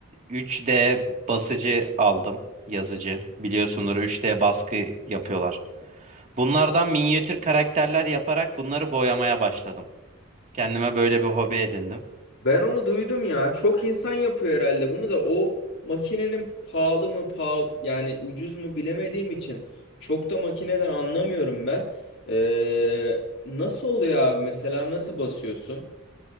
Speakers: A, on the right; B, on the left.
A: 3D basıcı aldım. Yazıcı. Biliyorsundur 3D baskı yapıyorlar. Bunlardan minyatür karakterler yaparak bunları boyamaya başladım. Kendime böyle bir hobi edindim.
B: Ben onu duydum ya. Çok insan yapıyor herhalde bunu da o makinenin pahalı mı pahalı yani ucuz mu bilemediğim için çok da makineden anlamıyorum ben. Ee, nasıl oluyor abi mesela nasıl basıyorsun?